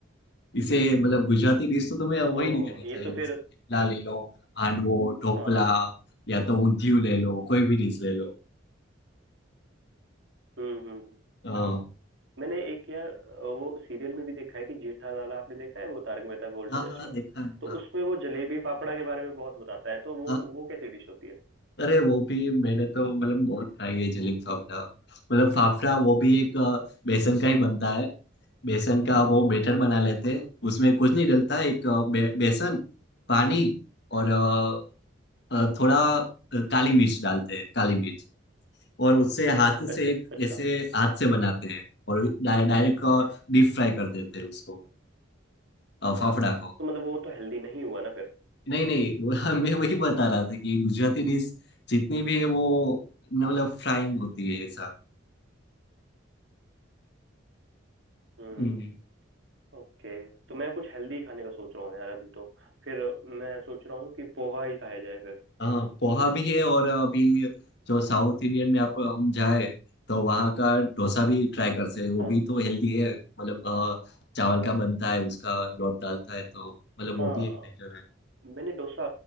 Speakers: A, on the left; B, on the right.
A: इसे मतलब गुजराती डिश तो तुम्हें वही
B: ओहो
A: नहीं करनी चाहिए
B: ये तो
A: जैसे
B: फिर
A: थेपला ले लो हांडवो ढोकला
B: हाँ
A: या तो ऊंधियू ले लो कोई भी डिश ले
B: हम्म हम्म हम्म।
A: लो
B: मैंने एक यार वो सीरियल में भी देखा है कि जेठालाल आपने देखा है वो तारक मेहता का उल्टा
A: हाँ
B: चश्मा
A: हाँ देखा है
B: तो
A: हाँ
B: उसमें वो जलेबी फाफड़ा के बारे में बहुत बताता है तो वो
A: हाँ
B: वो कैसी डिश होती है
A: अरे वो भी मैंने तो मतलब बहुत खाई है जलेब फाफड़ा मतलब फाफड़ा वो भी एक अ, बेसन का ही बनता है बेसन का वो बेटर बना लेते हैं
B: हम्म।
A: उसमें कुछ नहीं डलता एक अ, बे, बेसन पानी और अ, अ, थोड़ा अ, काली मिर्च डालते हैं काली मिर्च और उससे हाथ से
B: अच-
A: एक
B: अच्छा
A: ऐसे हाथ से बनाते हैं और डाय, डायरेक्ट डीप फ्राई कर देते हैं उसको अ, फाफड़ा को
B: तो मतलब वो तो हेल्दी नहीं हुआ ना फिर
A: नहीं नहीं वो- <laughs> मैं वही बता रहा था कि गुजराती डिश जितनी भी है वो न- मतलब फ्राइंग होती है ऐसा
B: हम्म
A: हम्म
B: ओके तो मैं कुछ हेल्दी खाने का सोच रहा हूँ यार अभी तो फिर मैं सोच रहा हूँ कि पोहा ही खाया जाए फिर
A: हाँ पोहा भी है और अभी जो साउथ इंडियन में आप हम जाए तो वहाँ का डोसा भी ट्राई कर सकते हैं। वो
B: हाँ
A: भी तो हेल्दी है मतलब अ, चावल का बनता है उसका लौट डालता है तो मतलब वो
B: हाँ
A: भी एक बेटर है
B: मैंने डोसा